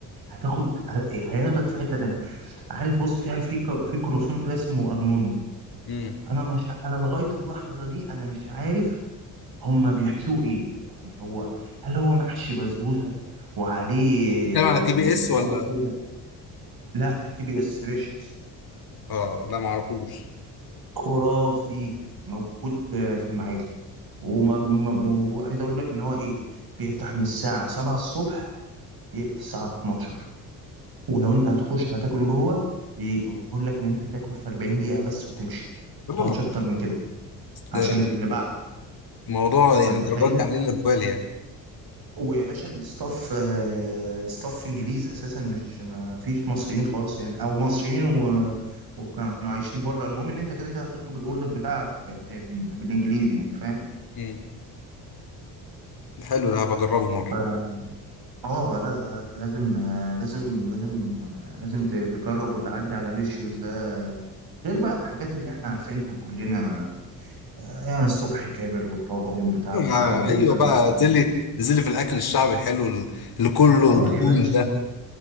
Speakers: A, on the right (about 50°); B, on the left (about 50°).
A: هتاخد هياخدك في حتة تانية عارف بص في في ك- في كروسون كده اسمه الموند
B: امم
A: انا مش انا لغايه اللحظه دي انا مش عارف هما بيحشوه ايه يعني هو هل هو محشي بسبوسه وعليه
B: بتتكلم على تي بي
A: من
B: اس
A: فوق
B: ولا
A: كده لا مش تي بي اس ريشوس
B: اه لا ما اعرفوش
A: خرافي موجود آه، في المعادي وما- ما- وعايز اقول لك ان هو ايه بيفتح من الساعه 7 الصبح بيقفل الساعه 12 ولو انت هتخش هتاكل جوه بيقول لك ان انت هتاكل في 40 دقيقه بس وتمشي ما
B: يلا
A: تقعدش
B: الله
A: اكتر من كده عشان
B: ده
A: اللي بعد
B: موضوع يعني
A: انت
B: الدرجات
A: متخيل
B: دي عليه الاقبال يعني
A: ويا باشا الستاف آه، الستاف انجليز اساسا مش ما فيش مصريين خالص يعني او مصريين و... وكانوا عايشين بره المهم ان انت كده كده هتطلب الاوردر بتاعك ب... بالانجليزي يعني فاهم
B: امم ده حلو ده هبجربه مره
A: ف- اه لا لا لا، لازم آه، لازم لازم آه، لازم ت- تجرب وتعدي على ريشيوز ده غير بقى الحاجات اللي احنا عارفينها كلنا آه، يعني الصبح كابر والطواجن بتاعته
B: آه،
A: حجوجة
B: ايوه بقى
A: بقى
B: انزل لي انزل لي في الاكل الشعبي الحلو اللي كله
A: اه
B: دهون
A: يا باشا
B: ده